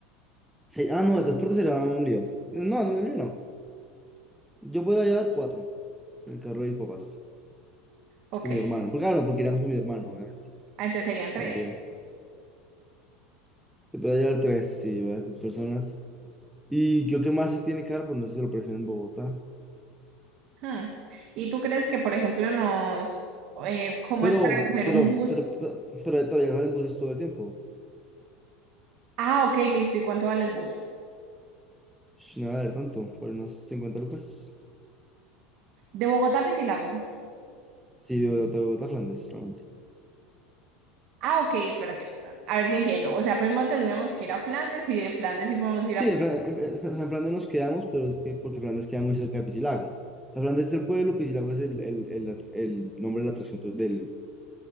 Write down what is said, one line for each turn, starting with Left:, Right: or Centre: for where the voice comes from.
Centre: se- ah, no, el transporte será un lío. No, no, un lío no. Yo podría llevar cuatro, en el carro de mis papás.
Right: Ok,
Centre: Pues con mi hermano. Porque, claro, porque iremos con mi hermano, eh,
Right: ah, entonces serían tres.
Centre: también. Te puede llevar tres, sí, ¿verdad? Tres personas. Y creo que Marcy tiene cara, pero no sé si se lo presentan en Bogotá.
Right: Hmm. ¿Y tú crees que, por ejemplo, nos... eh, ¿cómo
Centre: Pero,
Right: es para coger
Centre: pero,
Right: un bus?
Centre: pero, pero, pero para viajar en buses todo el tiempo.
Right: Ah, ok, listo. ¿Y cuánto vale el bus?
Centre: Sh, No va a haber tanto, por unos 50 lucas.
Right: De Bogotá a Piscilago.
Centre: Sí, de Bogotá, de Bogotá a Flandes, realmente.
Right: Ah, ok, espérate. A ver si entiendo. O sea, primero tendríamos que ir a Flandes y de Flandes sí podemos ir
Centre: Sí,
Right: a... Pis-
Centre: de Fla- en, en San Flandes nos quedamos, pero es que porque Flandes queda muy cerca de Piscilago. O Flandes es el pueblo, Piscilago es el, el, el, at- el nombre de la atracción tu- del,